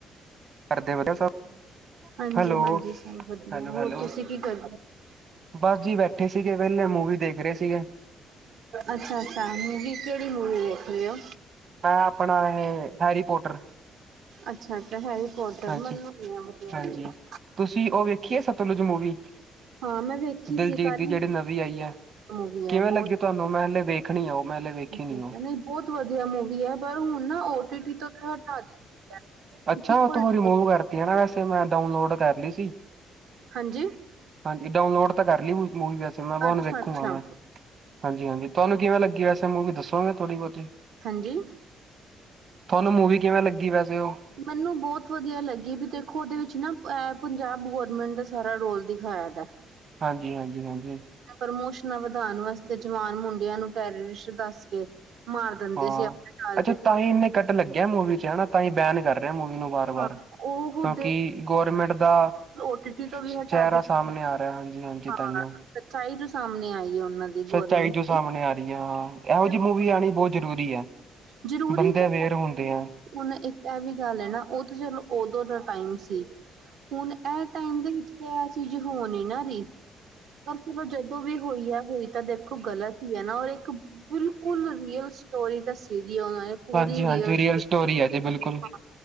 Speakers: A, on the right; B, on the right.
A: ਘਰਦੇ ਵਧੀਆ ਸਭ।
B: ਹਾਂਜੀ,
A: ਹੈਲੋ
B: ਹਾਂਜੀ ਸਭ ਵਧੀਆ
A: ਹੈਲੋ
B: ਹੋਰ
A: ਹੈਲੋ
B: ਤੁਸੀਂ ਕੀ ਕਰਦੇ ਹੋ।
A: ਬਸ ਜੀ ਬੈਠੇ ਸੀਗੇ ਵੇਹਲੇ, ਮੂਵੀ ਦੇਖ ਰਹੇ ਸੀਗੇ।
B: ਅੱਛਾ, ਅੱਛਾ ਮੂਵੀ, ਕਿਹੜੀ ਮੂਵੀ ਵੇਖ ਰਹੇ ਹੋ।
A: ਮੈਂ ਆਪਣਾ ਇਹ ਹੈਰੀ ਪੋਟਰ।
B: ਅੱਛਾ ਅੱਛਾ ਹੈਰੀ ਪੋਟਰ
A: ਹਾਂਜੀ-ਹਾਂਜੀ,
B: ਮੈਨੂੰ ਨੀ ਆ ਵਧੀਆ ਲੱਗਦੀ।
A: ਤੁਸੀਂ ਉਹ ਵੇਖੀਏ ਸਤਲੁਜ ਮੂਵੀ।
B: ਹਾਂ ਮੈਂ ਵੇਖੀ
A: ਦਿਲਜੀਤ
B: ਸੀ ਕੱਲ
A: ਦੀ ਜਿਹੜੀ
B: ਹੀ
A: ਨਵੀਂ ਆਈ ਐ,
B: ਮੂਵੀ
A: ਕਿਵੇਂ
B: ਹੈ ਬਹੁਤ
A: ਲੱਗੀ ਤੁਹਾਨੂੰ, ਮੈਂ ਹਲੇ ਵੇਖ ਵੇਖਣੀ ਏ ਉਹ ਮੈਂ ਹਲੇ ਵੇਖੀ
B: ਅੱਛਾ
A: ਨੀ।
B: ਅੱਛਾ ਨਹੀਂ ਬਹੁਤ ਵਧੀਆ ਮੂਵੀ ਹੈ ਪਰ ਹੁਣ ਨਾ ਓ ਟੀ ਟੀ ਤੋਂ ਹਟਾ ਦਿੱਤੀ
A: ਅੱਛਾ ਉਹ
B: ਹੈ।
A: ਤੋਂ ਰਿਮੂਵ ਕਰਤੀ ਨਾ ਵੈਸੇ ਮੈਂ ਡਾਊਨਲੋਡ ਕਰ ਲਈ ਸੀ।
B: ਹਾਂਜੀ
A: ਹਾਂਜੀ ਡਾਊਨਲੋਡ ਤਾਂ ਕਰ ਲਈ ਮੂਵੀ ਵੈੇਸੇ ਮੈਂ ਹੁਣ
B: ਅੱਛਾ
A: ਵੇਖੂੰਗਾ
B: ਅੱਛਾ
A: ਮੈਂ। ਹਾਂਜੀ-ਹਾਂਜੀ, ਤੁਹਾਨੂੰ ਕਿਵੇਂ ਲੱਗੀ ਵੈਸੇ ਮੂਵੀ ਦੱਸੋਗੇ ਥੋੜ੍ਹੀ ਬਹੁਤੀ।
B: ਹਾਂਜੀ।
A: ਥੋਨੂੰ ਮੂਵੀ ਕਿਵੇਂ ਲੱਗੀ ਵੈਸੇ ਉਹ।
B: ਮੈਨੂੰ ਬਹੁਤ ਵਧੀਆ ਲੱਗੀ ਵੀ ਦੇਖੋ ਉਹਦੇ ਵਿੱਚ ਨਾ ਅ ਪੰਜਾਬ ਗੌਰਮੈਂਟ ਦਾ ਸਾਰਾ ਰੋਲ ਦਿਖਾਇਆ ਵਾ।
A: ਹਾਂਜੀ-ਹਾਂਜੀ-ਹਾਂਜੀ।
B: ਪ੍ਰਮੋਸ਼ਨਾਂ ਵਧਾਅਨ ਵਾਸਤੇ, ਜਵਾਨ ਮੁੰਡਿਆਂ ਨੂੰ ਟੈਰਰਿਸਟ ਦੱਸ ਕੇ ਮਾਰ ਦਿੰਦੇ
A: ਹਾਂ
B: ਸੀ ਆਪਣੇ ਟਾਰਗੇਟ
A: ਅੱਛਾ ਤਾਂ ਹੀ ਇੰਨੇ ਕੱਟ ਲੱਗਿਆ ਮੂਵੀ ਚ ਹਨਾ, ਤਾਂ ਹੀ ਬੈਨ ਕਰ ਰਿਹਾ ਮੂਵੀ ਨੂੰ ਬ ਵਾਰ
B: ਹਾਂ ਉਹ ਹੁਦੇ
A: ਕਿਉਂਕਿ ਗੌਰਮੈਂਟ ਦਾ
B: ਓ ਟੀ ਟੀ ਤੋਂ ਵੀ
A: ਚਿਹਰਾ
B: ਹਟਾ ਦਿੱਤੀ
A: ਸਾਹਮਣੇ ਆ ਰਿਹਾ। ਹਾਂਜੀ-ਹਾਂਜੀ,
B: ਹਾਂ
A: ਤਾਹੀਓ।
B: ਸੱਚਾਈ ਜੋ ਸਾਹਮਣੇ ਆਈ ਏ ਉਹਨਾਂ ਦੀ।
A: ਸੱਚਾਈ
B: ਗੌਰਮੈਂਟ
A: ਜੋ
B: ਦੀ
A: ਸਾਹਮਣੇ ਆ ਰਹੀ ਆ, ਹਾਂ ਇਹੋ
B: ਦੇਖੋ
A: ਜਿਹੀ ਮੂਵੀ ਆਉਣੀ ਬਹੁਤ ਜ਼ਰੂਰੀ ਆ।
B: ਜ਼ਰੂਰੀ
A: ਬੰਦੇ
B: ਤੇ ਹੈ
A: ਅਵੇਅਰ ਹੁੰਦੇ
B: ਹੁਣ ਇੱਕ ਇਹ ਵੀ ਗੱਲ ਏ ਨਾ, ਉਹ ਤਾਂ ਚਲੋ ਓਦੋਂ ਦਾ ਟਾਈਮ ਸੀ। ਹੁਣ ਇਹ ਟਾਈਮ ਦੇ ਵਿੱਚ ਤੇ ਇਹ ਚੀਜ਼ ਹੋ ਨਹੀ ਨਾ ਰਹੀ, ਪਰ ਚਲੋ ਜਦੋਂ ਵੀ ਹੋਈ ਆ ਹੋਈ ਤਾਂ ਦੇਖੋ ਗਲਤ ਈ ਏ ਨਾ, ਔਰ ਇੱਕ ਬਿਲਕੁਲ ਰੀਅਲ ਸਟੋਰੀ ਦੱਸੀ ਉਹਨਾਂ ਨੇ ਪੂਰੀ
A: ਹਾਂਜੀ ਹਾਂਜੀ
B: ਰੀਅਲ <unintelligible>
A: ਸਟੋਰੀ ਹੈ ਜੀ ਬਿਲਕੁਲ